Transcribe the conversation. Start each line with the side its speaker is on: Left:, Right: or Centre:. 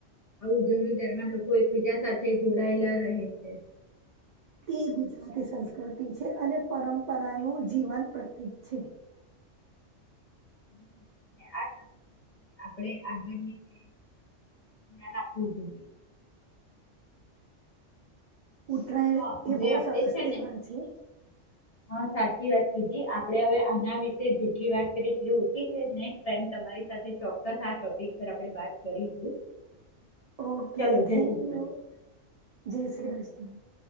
Left: આ ઉજવણી દરમિયાન લોકો એકબીજા સાથે જોડાયેલા રહે છે.
Right: તે ગુજરાતી સંસ્કૃતિ છે અને પરંપરાનું જીવન પ્રતીક છે.
Left: હ ને આ સંકૃતિને આપડે આગળની તે ન્યાલ આપવું જોઈએ
Right: ઉત્તરાયણ
Left: હા
Right: એ
Left: હવે
Right: બઉ
Left: આપણે
Right: સરસ
Left: છે
Right: તહેવાર
Left: ને
Right: છે.
Left: હા સાચી વાત કીધી આપડે હવે આના વિશે જેટલી વાત કરીએ એટલી ઓછી છે નેક્સ ટાઈમ તમ મારી સાથે ચોક્કસ આ ટોપિક પર આપડે વાત કરીશું.
Right: ઓકે
Left: ચલો
Right: થેન્ક
Left: જય શ્રી કૃષ્ણ
Right: યુ જય શ્રી કૃષ્ણ. <inaudible>